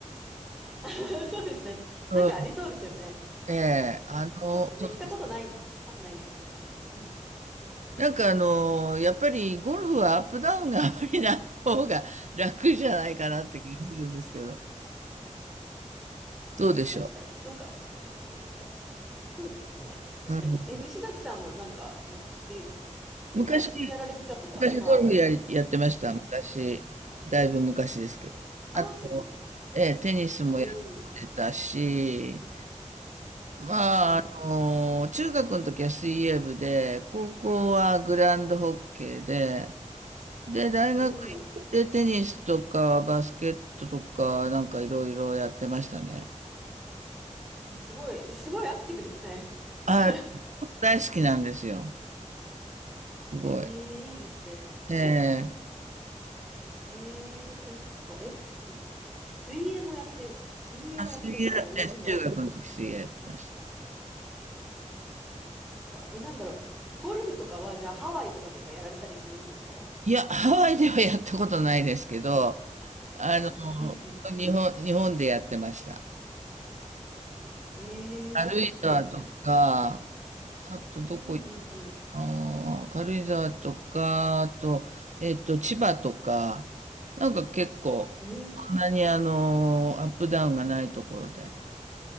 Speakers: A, in the centre; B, on the right.
A: <laughs> そうですね。
B: うん。
A: なんかありそうですよね。
B: ええ、
A: そう。
B: あの、
A: ちょっとね、
B: そうです
A: 行ったことないんで、わかんないんですが。うん。
B: なんかあのーやっぱりゴルフはアップダウンがあまりない方が楽じゃないかなって気がするんですけど、どうでしょ
A: 確かに、そうかもしれないですね。そうですね。確かに。
B: う。うん、
A: え、西崎さんもなんか、昔、
B: 昔、
A: 昔やられてたとか、
B: 昔ゴルフやり、
A: 今、
B: やってました。
A: うん。
B: 昔、だいぶ昔ですけど。
A: ああ、
B: あと、
A: そうですか。
B: ええ、テニスもやってたし、
A: おお。
B: まあ、
A: うん。
B: あのー中学の時は水泳部で、高校はグランドホッケーで、で、大学行ってテニスとかバスケットとかなんかいろいろやってましたね。
A: おお。え、すごい、すごいアクティブですね。
B: あ、
A: <laughs> え
B: 大好きなんですよ。すごい。
A: ー、いいですね。
B: ええ
A: えー、そっか。え、ん水泳もやって、そっか、水泳もやってるから泳ぎもできる。
B: あ、水泳、え、中学の時水泳やってました。
A: うんか。え、なんだろう。ゴルフとかは、じゃあハワイとかではやられたりするんですか
B: いや、ハワイではやったことないですけど、あの、
A: えーうんうんうん。
B: 日本、日本でやってました。
A: えー、
B: 軽井沢とか、
A: そうなんですね。
B: あとどこ行っ
A: うんうんうん。
B: たの軽井沢とか、あと、えっと、千葉とか、なんか結構、
A: えー、
B: そんなにあの、アップダウンがないところで。